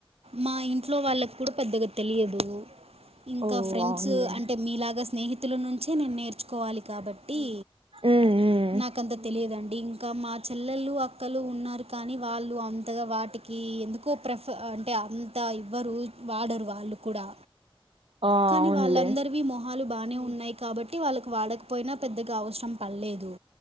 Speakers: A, on the right (about 85°); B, on the right (about 65°).
A: మా ఇంట్లో వాళ్ళక్కూడా పెద్దగా తెలియదు ఇంకా
B: ఓ
A: ఫ్రెండ్స్
B: అవునులే
A: అంటే మీలాగా స్నేహితుల నుంచే నేను నేర్చుకోవాలి కాబ ట్టి
B: మ్మ్ మ్మ్
A: నాకంత తెలియదండి ఇంకా మా చె ల్లలు అక్కలు ఉన్నారు కానీ వాళ్ళు అంతగా వాటికి ఎందుకో ప్రిఫ అ అంటే అన్ తా ఇవ్వరు వాడరు వాళ్ళు కూడా
B: ఆ
A: కానీ
B: అవునులే
A: వాళ్ళందరివి మోహ్ హాలు బానే ఉన్నాయి కాబట్టి వాళ్ళక్ వాడకపోయినా పెద్దగా అవసరం పల్లేదు